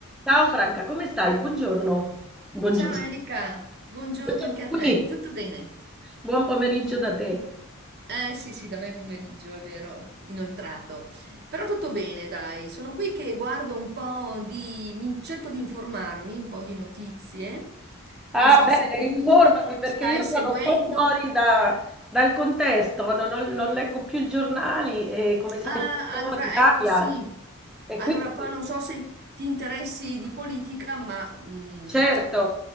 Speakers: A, in the centre; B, on the right.
A: Ciao Franca, come stai? Buongiorno. Buongiorno.
B: Ciao Erika, buongiorno
A: Buongiorno
B: anche a
A: qui.
B: te, tutto bene?
A: Buon pomeriggio da te.
B: Eh sì sì, da me è pomeriggio, è vero, inoltrato. Però tutto bene, dai, sono qui che guardo un po' di... mi- cerco di informarmi, un po' di notizie.
A: Ah,
B: Non so
A: bene,
B: se tu
A: informami perché
B: stai
A: io
B: seguendo.
A: sono un po' fuori da- dal contesto, non, ho- non leggo più i giornali e come sai
B: Ah,
A: sono
B: allora
A: fuori in Italia.
B: ecco sì.
A: E
B: Allora
A: quindi,
B: poi non so se ti interessi di politica, ma... mm,
A: certo.